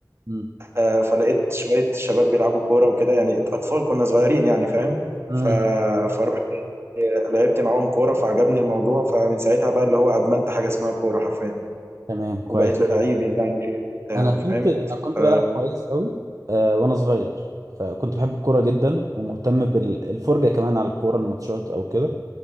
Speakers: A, on the right; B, on the right.
A: امم
B: آه، فلقيت شوية شباب بيلعبوا كورة وكده يعني اطفال كنا صغيرين يعني فاهم
A: امم
B: ف... فرحت لعبت معاهم كورة فعجبني الموضوع فمن ساعتها بقى اللي هو ادمنت حاجة اسمها كورة حرفيا
A: تمام
B: وبقيت
A: كويس
B: لعيب يعني فيه بتاع
A: انا
B: فاهم
A: كنت انا كنت
B: ف
A: بلعب كويس قوي آه وانا صغير فكنت بحب الكوره جدا ومهتم بالفرجه كمان على الكوره الماتشات او كده